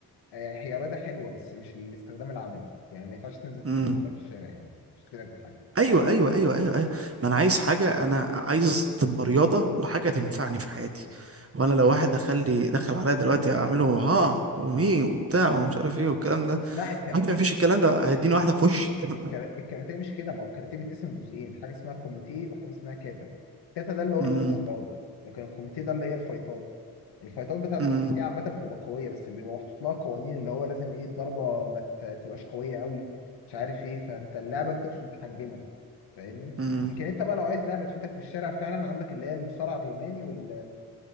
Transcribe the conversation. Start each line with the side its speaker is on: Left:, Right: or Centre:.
Left: يعني هي رياضه حلوه بس مش الاستخدام العملي يعني ما ينفعش تنزل
Right: امم
Left: تخبط في الشارع يعني مش هتفيدك بحاجه
Right: ايوه ايوه ايوه ايوه ايوه ما انا عايز حاجه انا عايز تبقى رياضه وحاجه تنفعني في حياتي وانا لو واحد دخل لي دخل عليا دلوقتي اعمله ها وهي وبتاع ومش عارف ايه والكلام ده
Left: لا الكاراتيه
Right: عارف مفيش الكلام ده هيديني واحده في وشي <laughs>
Left: الكرا- الكاراتيه مش كده ما هو الكاراتيه بيتقسم جزئين حاجه اسمها كوميتيه وحاجه اسمها كاتا كاتا ده اللي هو
Right: أمم،
Left: الاستعراض لكن الكوميتيه ده اللي هي الفايتات الفايتات بتاعت
Right: أمم،
Left: الكوميتيه عامه بتبقى قويه بس بيبقى محطوط لها قوانين اللي هو لازم ايه الضربه ما ت- تبقاش قويه قوي مش عارف ايه فانت اللعبه بتبقى متحجمه فاهمني
Right: أمم.
Left: لكن انت بقى لو عايز لعبه تفيدك في الشارع فعلا عندك اللي هي المصارعه الروماني وال-